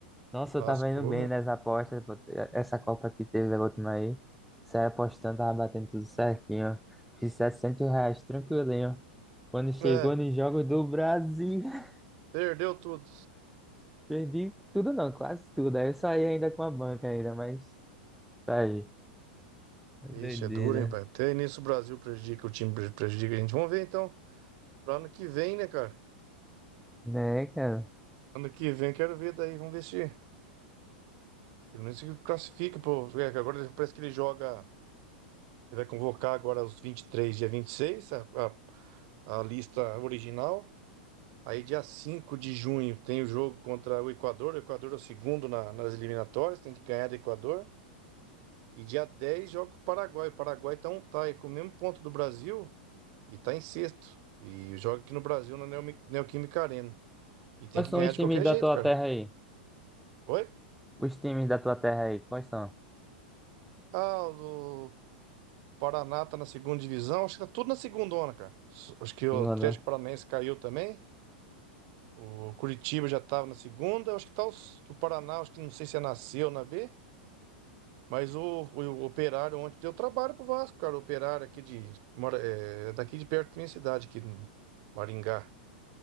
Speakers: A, in the centre; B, on the right.
A: Nossa,
B: lascou.
A: eu tava indo bem
B: né?
A: nas apostas. pô. Essa Copa que teve a última aí. Saí apostando, tava batendo tudo certinho. Fiz 700 reais, tranquilinho. Quando chegou
B: É,
A: nos Jogos do Brasil, <laughs>
B: perdeu tudo.
A: perdi tudo não, quase tudo. Aí eu saí ainda com a banca ainda, mas saí. Doideira.
B: Ixi, é duro, hein, pai? Até nisso o Brasil prejudica, o time pre- prejudica a gente. Vamos ver então, para ano que vem, né, cara?
A: Né, cara?
B: Ano que vem quero ver daí, vamos ver se pelo menos se classifica, pô. É, que agora parece que ele joga. Ele vai convocar agora os 23, dia 26, a, a, a lista original. Aí, dia 5 de junho, tem o jogo contra o Equador. O Equador é o segundo na- nas eliminatórias, tem que ganhar do Equador. E dia 10 joga com o Paraguai. O Paraguai tá, um- tá aí com o mesmo ponto do Brasil e tá em sexto. E joga aqui no Brasil, na Neomi- Neoquímica Arena. E tem
A: Quais
B: que
A: são
B: ganhar
A: os
B: de
A: times
B: qualquer
A: da
B: jeito,
A: tua
B: cara.
A: terra aí?
B: Oi?
A: Os times da tua terra aí, quais são?
B: Ah, o Paraná tá na segunda divisão. Acho que tá tudo na segundona, cara. Acho que o
A: Engano,
B: Atlético
A: né?
B: Paranaense caiu também. O Curitiba já estava na segunda. Acho que tá os, do Paraná, acho que não sei se é nasceu na B. Mas o, o, Operário ontem deu trabalho pro Vasco, cara. O Operário aqui de. mora- é, é daqui de perto da minha cidade, aqui em Maringá.